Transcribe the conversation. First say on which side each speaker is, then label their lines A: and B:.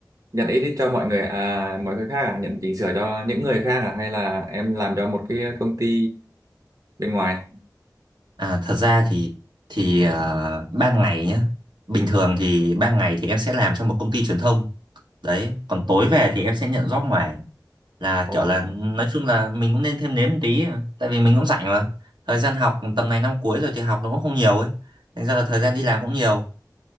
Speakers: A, on the right; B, on the right.
A: nhận edit cho mọi người à, mọi người khác à, nhận chỉnh sửa cho những người khác à, hay là em làm cho một cái công ty bên ngoài?
B: à, thật ra thì thì ờ, ban ngày nhá bình thường thì ban ngày thì em sẽ làm cho một công ty truyền thông đấy còn tối về thì em sẽ nhận job ngoài là
A: Ồ,
B: kiểu là nói chung là mình cũng nên thêm nếm một tí tại vì mình cũng rảnh mà thời gian học tầm này năm cuối rồi thì học nó cũng không nhiều ấy thành ra là thời gian đi làm cũng nhiều